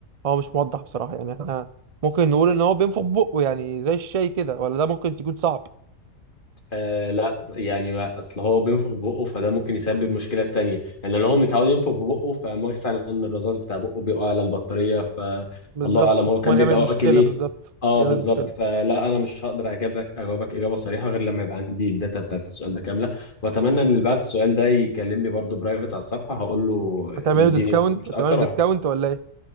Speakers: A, on the right; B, on the left.
A: هو مش موضح بصراحة يعني إحنا <laughs> ممكن نقول إن هو بينفخ بقه يعني زي الشاي كده ولا ده ممكن تكون صعب
B: آه لا يعني ما- اصل هو بينفخ ببقه فده ممكن يسبب مشكله تانية يعني لو هو متعود ينفخ ببقه فمثلا الرذاذ بتاع بقه بيقع على البطاريه فالله
A: بالظبط
B: اعلم هو كان
A: ما يعمل
B: بيبقى
A: مشكلة
B: واكل ايه
A: بالظبط
B: اه
A: يعمل
B: بالظبط
A: مشكلة
B: فلا انا مش هقدر اجابك اجاوبك اجابه صريحه غير لما يبقى عندي الداتا بتاعت السؤال ده كامله واتمنى ان اللي بعت السؤال ده يكلمني برضو برايفت على الصفحه هقول له
A: هتعمله
B: يديني
A: ديسكاونت
B: مش
A: هتعمله
B: اكتر
A: ديسكاونت
B: واحد
A: ولا إيه